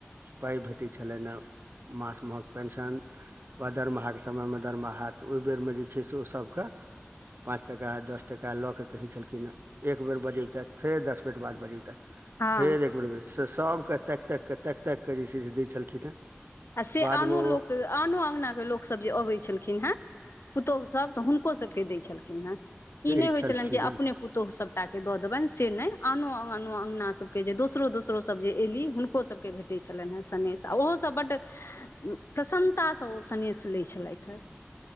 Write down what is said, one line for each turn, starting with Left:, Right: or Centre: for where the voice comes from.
Right: पाइ भेट छलेन हँ मास महक पेंशन वा दरमाहा के समयमे दरमाहा तऽ ओहि बेरमे जे छै से ओसभकेँ पाँच टाका दस टका लऽ के कहै छलखिन एक बेर बजे बजबथी फेर दस मिनट बाद बजब छैथ तक
Left: हँ
Right: फेर एक बेर त सबके तक ताक केऽ तक ताक कऽ जे छैय से दै छलखिन हेँ।
Left: आ से
Right: बादमे
Left: आनो
Right: ओ
Left: लोक आनो अङ्गना के लोकसभ जे अबैत छलखिन हेँ पुतहु सभ तऽ हुनको सभकेँ दै छलखिन हे ई
Right: दै
Left: नहि होइत
Right: छलखिन
Left: छलनि कि
Right: हेँ
Left: अपने पुतहु सभ के दऽ देबनि से नहि आनो अनो अंगगना सब के जे दोसरो दोसरो सब जे एली हुनको सब के भेटे छलनि हँ सनेेश आ ओहो सब बड प्रसन्नतासँ ओ सनेेश लैत छलथि हे।